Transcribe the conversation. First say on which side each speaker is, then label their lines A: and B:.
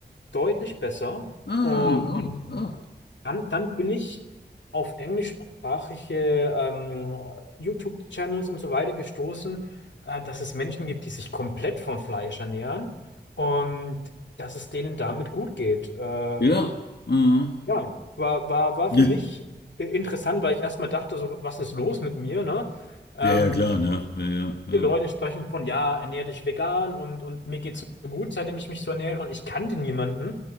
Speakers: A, on the left (about 90°); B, on the left (about 65°).
A: deutlich besser.
B: Ah,
A: Und
B: oh, ah.
A: dann, dann bin ich auf englischsprachige ähm, YouTube-Channels und so weiter gestoßen, äh, dass es Menschen gibt, die sich komplett von Fleisch ernähren und dass es denen damit gut geht. Äh,
B: Ja. Mhm.
A: ja, war, war, war
B: <laughs>
A: für mich i- interessant, weil ich erstmal dachte, so, was ist los mit mir, ne? Ähm,
B: Ja, ja, klar, ne? Ja, ja, ja.
A: viele Leute sprechen von, ja, ernähr dich vegan und, und mir geht's so gut, seitdem ich mich so ernähre. Und ich kannte niemanden,